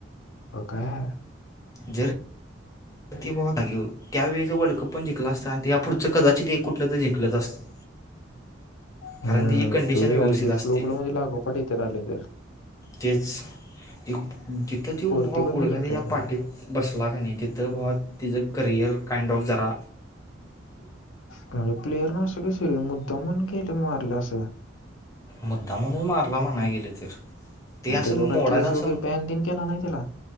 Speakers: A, on the left; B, on the left.
A: अ काय आहे
B: जर <unintelligible> त्यावेळे जर वर्ल्ड कप पण जिंकला असतं आणि त्या या पुढचं कदाचित कुठलं तरी जिंकलंच असतं
A: हम्
B: कारण त्याची कंडिशन
A: तू
B: व्यवस्थित
A: अरि ते
B: असते
A: फ्लो फ्लो मध्ये लागो पाठ येते आले तर
B: तेच जिथं जव
A: पोर्तुगलनं
B: ब गुडला
A: जिंकल्यात
B: या
A: का
B: पाठीत
A: नाही
B: बसला का नाही तिथ. तिथं बुवा तिचां करिअर काइंड ऑफ झरा
A: पण प्लेयर न असं कसा मुद्दा म्हण केलं मारलं असं.
B: मुद्दा म्हणून मारला म्हणाय गेले तर ते
A: मग
B: असं
A: त्याच्यावर काय
B: मोडाळ
A: केस
B: असं
A: वगैरे बॅन तेन केला नाही त्याला